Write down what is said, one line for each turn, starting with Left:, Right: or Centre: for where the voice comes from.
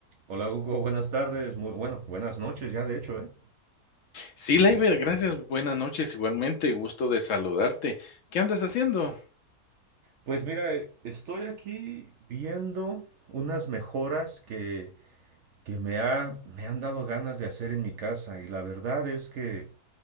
Right: Hola Hugo, buenas tardes, muy, bueno, buenas noches ya de hecho, ¿eh?
Left: Sí, Laiber, gracias. Buenas noches, igualmente, gusto de saludarte. ¿Qué andas haciendo?
Right: Pues mira, eh, estoy aquí viendo unas mejoras que, que me ha, me han dado ganas de hacer en mi casa y la verdad es que